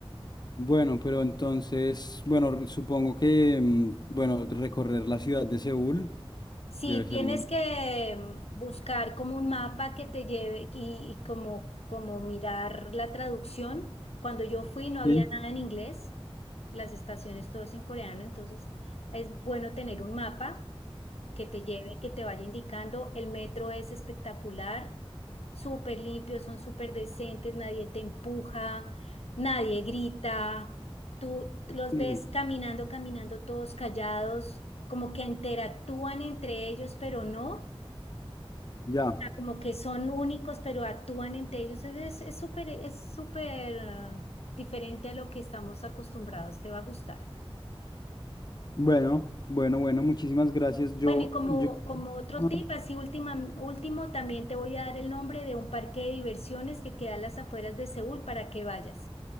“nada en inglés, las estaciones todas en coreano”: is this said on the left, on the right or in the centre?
Left